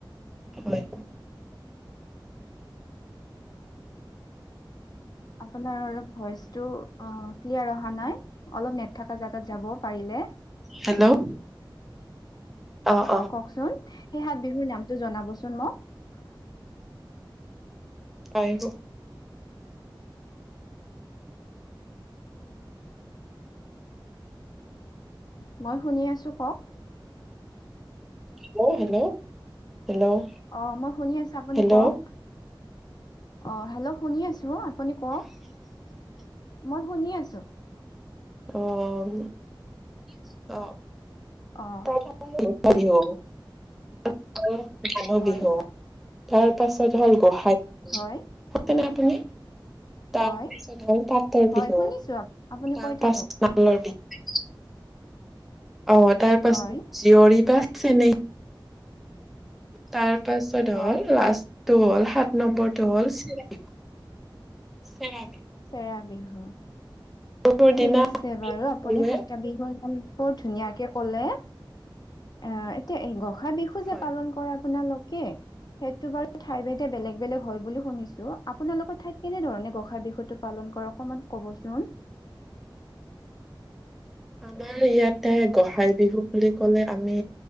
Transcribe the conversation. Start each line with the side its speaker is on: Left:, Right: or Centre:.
Centre: হয়
Left: আপোনাৰ অলপ ভইচটো। ক্লিয়াৰ অহা নাই অলপ নেট থকা জাগাত যাব পাৰিলে।
Centre: হেল্ল' অ
Left: অঁ
Centre: অ
Left: কওঁকচোন সেই সাত বিহুৰ নামটো জনাবচোন মোক।
Centre: আহিব।
Left: মই শুনি আছো কওঁক।
Centre: Hello hello. হেল্ল'
Left: অঁ মই শুনি আছো আপুনি
Centre: হেল্ল'
Left: কওঁক। অঁ হেল্ল' শুনি আছো আপুনি কওঁক মই শুনি আছো।
Centre: আঁহ আঁহ।
Left: অ'
Centre: ত বিহু
Left: হয়,
Centre: বিহু। তাৰ পাছত হ'ল গোহাইছেনে
Left: হয়,
Centre: আপুনি তাৰপাছত
Left: হয়,
Centre: নল পাতৰ
Left: হয়
Centre: বিহু
Left: শুনিছো আপুনি
Centre: তাৰ
Left: কৈ থাকক।
Centre: পাছত মালৰ বিহু
Left: <inaudible>
Centre: অঁ তাৰ পাছত
Left: হয়,
Centre: জীয়ৰী বা চনেহি। তাৰ পাছত
Left: হয়
Centre: লাষ্টটো হ'ল সাত। নম্বৰটো হ'ল চৰা চেৰা।
Left: চেৰা বিহু।
Centre: বিহুৰ
Left: ঠিক
Centre: দিনা
Left: আছে বাৰু আপুনি
Centre: সকলোৱে
Left: সাতটা বিহুৰ নাম বৰ ধুনীয়াকে কলে আহ এতিয়া এই গঁসা বিহু যে
Centre: হয়
Left: পালন কৰে আপোনালকে। সেইটো বাৰু ঠাই ভেদে বেলেগ বেলেগ হয় বুলি শুনিছো আপোনালোকৰ ঠাইত কেনেধৰণে গোসাই বিহুতো পালন কৰ অকণমান কবচোন।
Centre: আমাৰ ইয়াতে গোঁসাই বিহু বুলি কলে আমি